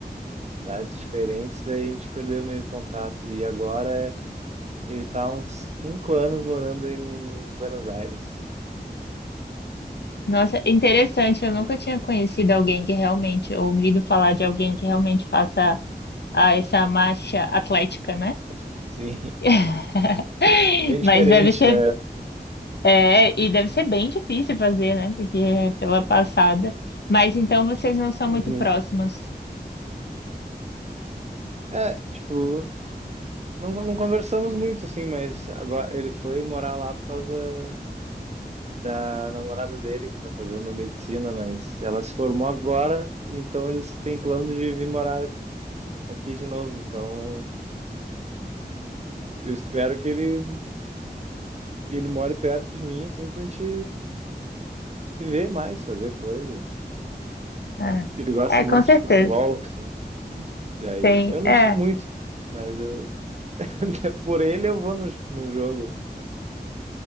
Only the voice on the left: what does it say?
Nossa, interessante, eu nunca tinha conhecido alguém que realmente, ouvido falar de alguém que realmente faça ah, essa marcha atlética, né?
<laughs>
Mas deve ser,
é, e deve ser bem difícil fazer, né? Porque é pela passada. Mas então vocês não são muito
próximos.
Ah,
É,
com certeza.
Tem,
é.